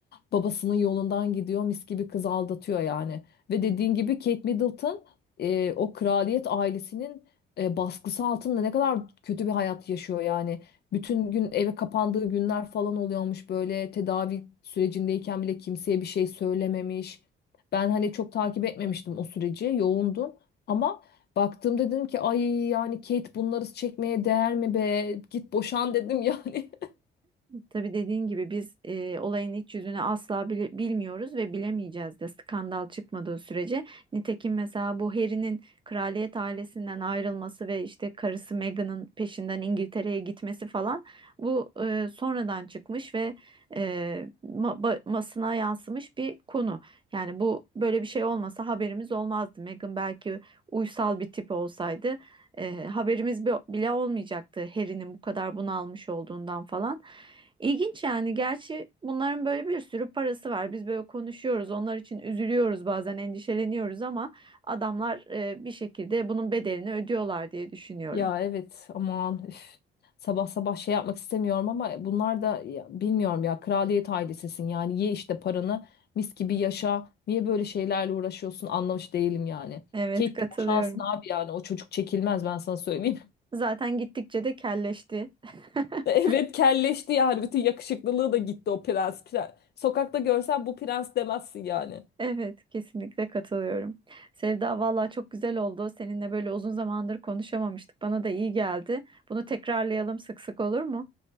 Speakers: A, on the left; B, on the right.
A: Babasının yolundan gidiyor mis gibi kız aldatıyor yani. Ve dediğin gibi Kate Middleton e, o kraliyet ailesinin e, baskısı altında ne kadar kötü bir hayat yaşıyor yani. Bütün gün eve kapandığı günler falan oluyormuş böyle tedavi sürecindeyken bile kimseye bir şey söylememiş. Ben hani çok takip etmemiştim o süreci yoğundum. Ama baktığımda dedim ki ay yani Kate bunları çekmeye değer mi be? Git boşan dedim yani. <laughs>
B: Tabii dediğin gibi biz e, olayın iç yüzünü asla bile, bilmiyoruz ve bilemeyeceğiz de skandal çıkmadığı sürece. Nitekim mesela bu Harry'nin kraliyet ailesinden ayrılması ve işte karısı Meghan'ın peşinden İngiltere'ye gitmesi falan bu e, sonradan çıkmış ve e, ma- ba- basına yansımış bir konu. Yani bu böyle bir şey olmasa haberimiz olmazdı. Meghan belki uysal bir tip olsaydı e, haberimiz bi- bile olmayacaktı Harry'nin bu kadar bunalmış olduğundan falan. İlginç yani. Gerçi bunların böyle bir sürü parası var. Biz böyle konuşuyoruz. Onlar için üzülüyoruz bazen endişeleniyoruz ama adamlar e, bir şekilde bunun bedelini ödüyorlar diye düşünüyorum.
A: Ya evet aman üf. Sabah sabah şey yapmak istemiyorum ama bunlar da ya, bilmiyorum ya kraliyet ailesesin yani ye işte paranı mis gibi yaşa. Niye böyle şeylerle uğraşıyorsun anlamış değilim yani.
B: Evet
A: Kate
B: katılıyorum.
A: de boşansın abi yani o çocuk çekilmez ben sana söyleyeyim.
B: Zaten gittikçe de kelleşti. <laughs>
A: <laughs> Evet kelleşti yani bütün yakışıklılığı da gitti o prens. Pre- Sokakta görsen bu prens demezsin yani.
B: Evet, kesinlikle katılıyorum. Sevda vallahi çok güzel oldu. Seninle böyle uzun zamandır konuşamamıştık. Bana da iyi geldi. Bunu tekrarlayalım sık sık olur mu?